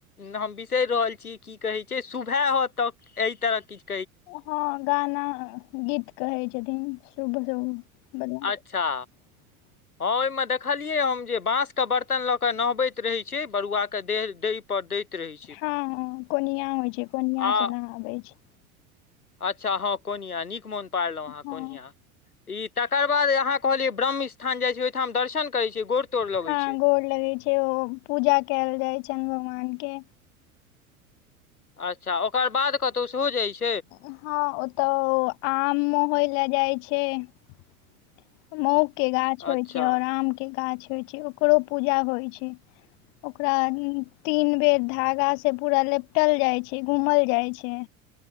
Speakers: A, on the left; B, on the left.
A: हम बिसरि रहल छी की कहे छै, शुभैह त अहि तरह किछ।
B: हँ गाना गीत कहै छथिन, शुभ। बला
A: अच्छा।
B: <unintelligible>
A: हँ ओहिमें देखलियै हम, जे बांसके बर्तन लऽ कऽ नहबैत रहैत छै, बरुआके देह दही पर दैत। रहै छै
B: हँ हँ कोनिया होइ छै, कोनिया
A: आ
B: से नहाबै छै।
A: अच्छा हँ कोनिया, नीक मोन पारलहु अहाँ
B: हँ
A: कोनिया, ई। तकर बाद अहाँ कहलियै, ब्रह्म-स्थान जै छै, ओय ठाम ह दर्शन करै छै, गोर। तोड़ लगै
B: हँ गोर लगै छै, ओ पूजा कैल जाइ छैनि भगवानके।
A: अच्छा, ओकर बाद कतहु सेहो जाइ छै।
B: हँ, ओ तऽ आम मोहे लए जाइ छै। के, महूके गाछ होइ
A: अच्छा
B: छै और आम के गाछ। होइ छै, ओकरो पूजा होइ छै। ओकरा तीन बेर धागासँ पूरा लपटल जाइ छै, घूमल जाइ छै।